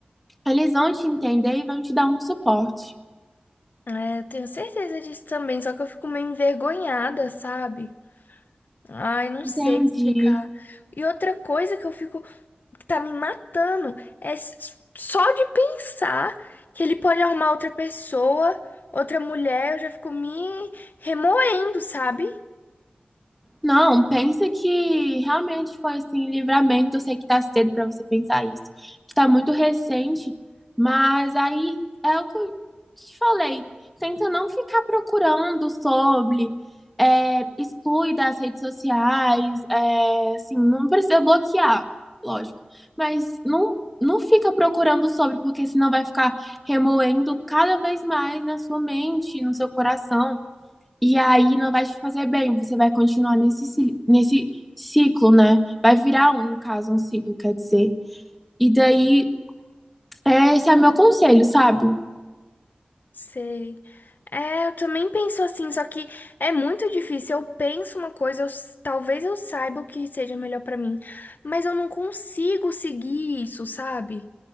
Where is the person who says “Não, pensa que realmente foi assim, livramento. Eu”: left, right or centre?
Centre